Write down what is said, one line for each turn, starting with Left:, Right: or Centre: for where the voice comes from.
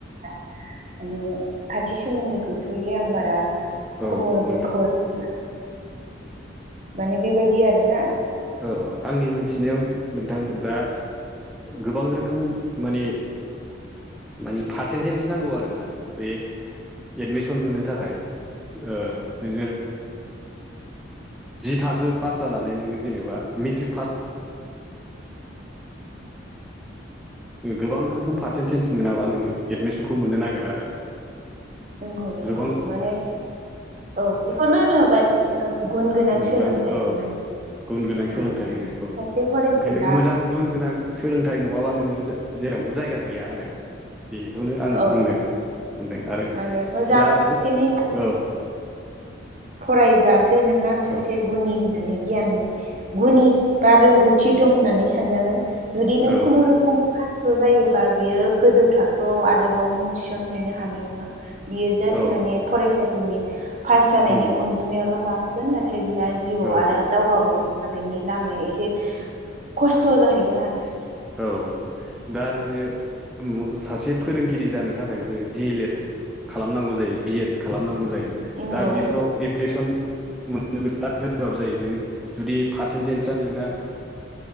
Right: माने खाथि सोमोन्दो गैथ'यैलाय आं बारा
Centre: औ
Right: खबरबो
Centre: नोंथां
Right: खौरां माने बेबायदि आरो ना
Centre: ओ ओ आंनि मोनथिनायाव नोंथां दा गोबां रोखोम माने माने पारसेन्टेज नांगौ आरोना बे एडमिसन मोननो थाखाय ओ नोंङो जि थाखो पास जानानै नोंङो जेनेबा मेट्रिक पास गोबां रोखोम पारसेन्टेज मोनाबा नोंङो एडमिसनखौ मोननो नागिरा आरो
Right: नंगौ नंगौ
Centre: गोबां
Right: माने औ बेखौनो होनो होबाय गुन गोनां
Centre: जुगानो
Right: सोलोंथाइ
Centre: औ
Right: माने
Centre: गुन गोनां सोलोंथाइ
Right: औ
Centre: होनो इखौ
Right: सासे फोरोंगिरिया
Centre: ओंखायनो मोजां गुन गोनां सोलोंथाइ नंङाबा नोंङो जेरावबो जायगा गैया आरो बेखौनो आं
Right: औ
Centre: बुंनो सानदों आरो
Right: माने मोजां
Centre: दा
Right: फारसेनै
Centre: जों औ
Right: फरायोब्लासो नोंहा सासे
Centre: औ
Right: गुनि होननानै गियान गुनि बा रोंगौथि दं होननानै सानजागोन जुदि
Centre: औ
Right: नों खुनु रुखुम ल' जायोबा बियो गोजौ थाखोआव आरोबाव मुं थिसनहैनो हानाय नंङा बियो जास्ट
Centre: औ
Right: माने फरायसालिनि पास जानायनि
Centre: उम
Right: अनजिमायावल' गाहोगोन नाथाय बिहा जिउआव
Centre: औ
Right: आरो दावगाबावनो हानायनि लामाया एसे खस्थ' जाहैगोन आरो
Centre: औ दा नोंङो ओम सासे फोरोंगिरि जानो थाखायबो डि एल एड खालामनांगौ जायो बि एड खालामनांगौ जायो
Right: नंगौ
Centre: दा बेफोराव एडमिसन मोननो बिराद गोब्राब जायो नों जुदि पारसेन्टेजआ नोंना